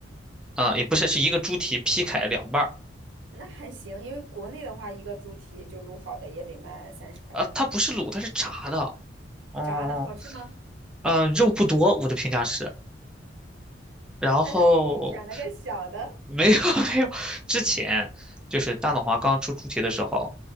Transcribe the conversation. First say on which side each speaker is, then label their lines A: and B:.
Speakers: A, in the centre; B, on the right.
A: 啊，也不是，是一个猪蹄劈开两半儿，
B: 那还行，因为国内的话，一个猪蹄就卤好的也得卖三十块钱左右。
A: 啊，它不是卤，它是炸的，嗯
B: 炸的好吃吗？
A: 嗯，肉不多，我的评价是，然后
B: 但是你选了个小的。
A: 没有 <laughs> 没有，之前就是大董华刚出猪蹄的时候